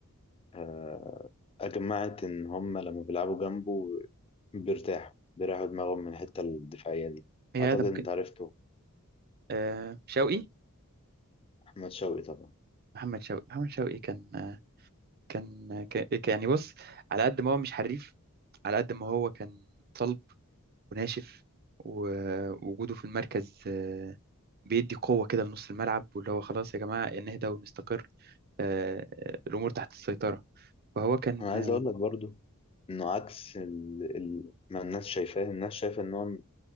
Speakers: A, on the left; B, on the right.
A: آه، أجمعت إن هم لما بيلعبوا جنبه بيرتاحوا بيريحوا دماغهم من الحتة الدفاعية دي
B: هي
A: أعتقد
B: ده ممكن
A: أنت عرفته
B: آه شوقي
A: أحمد شوقي طبعا
B: محمد شوقي محمد شوقي كان آه كان كان يعني بص على قد ما هو مش حريف على قد ما هو كان صلب وناشف ووجوده في المركز آه، بيدي قوة كده لنص الملعب واللي هو خلاص يا جماعة نهدى ونستقر آه، آه، الأمور تحت السيطرة فهو كان
A: أنا عايز
B: آه،
A: أقول لك برضو إنه عكس ال... ال... ما الناس شايفاه الناس شايفة إن هو